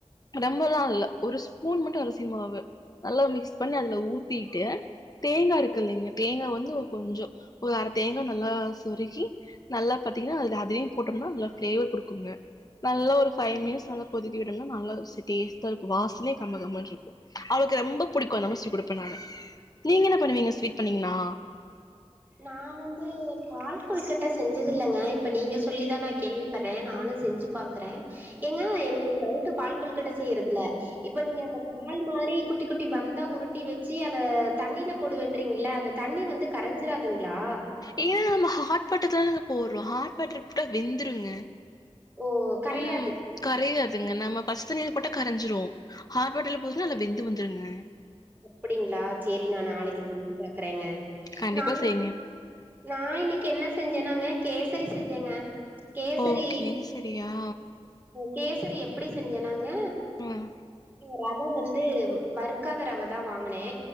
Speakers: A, on the left; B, on the right.
A: ரொம்பதா இல்ல ஒரு ஸ்பூன் மட்டு அரிசி மாவு நல்லா மிக்ஸ் பண்ணி அதுல ஊத்திட்டு தேங்காய் இருக்கு இல்லைங்க தேங்காய் வந்து கொஞ்சோ ஒரு அரை தேங்காய் நல்லா சொருகி நல்லா பாத்தீங்கனா அது அதையு போட்டோம்னா நல்லா ப்ளேவர் கொடுக்குங்க நல்லா ஒரு ஃபைவ் மினிட்ஸ் நல்லா கொதிக்க விடனு நல்லா டேஸ்ட்டா இருக்கு வாசனையே கம கமன்ருக்கு அவளுக்கு ரெம்ப புடிக்கு <unintelligible> குடுப்பே நானு நீங்க என்ன பண்ணுவீங்க ஸ்வீட் பண்ணீங்களா
B: நா வந்து பால் கொழுகட்ட செஞ்சதில்லங்க இப்ப நீங்க சொல்லிதா நா கேள்விப்படறே நானு செஞ்சுப் பாக்குறே ஏங்க
A: ம்
B: எனக்கு ஒரு டவுட்டு பால் கொழுகட்ட செய்யறதுல இப்ப நீங்க அந்த பால் மாரி குட்டி குட்டி பந்தா உருட்டி வச்சி அத தண்ணில போடுவேண்றிங்கள்ல அந்த தண்ணி வந்து கரஞ்சிராதுங்ளா
A: ஏனா நம்ம ஹாட் வாட்டர்ல தாங்க போடுறோ ஹாட் வாட்டர் போட்டா வெந்துருங்க
B: ஓ கரையாது
A: ம் கரையாதுங்க நம்ம பச்ச தண்ணில போட்டா கரஞ்சிரு ஹாட் வாட்டர்ல போட்டா நல்லா வெந்து வந்துருங்க
B: அப்டிங்களா சேரி நா நாளைக்கி செஞ்சி பாக்கறேங்க
A: கண்டிப்பா
B: நா
A: செய்ங்க
B: நா இன்னிக்கி என்ன செஞ்சன்னாங்க கேசரி செஞ்சேங்க கேசரி
A: ஓ கேசரியா
B: கேசரி எப்டி செஞ்சேன்னாங்க
A: ம்
B: ரவ வந்து வறுக்காத ரவதா வாங்கனே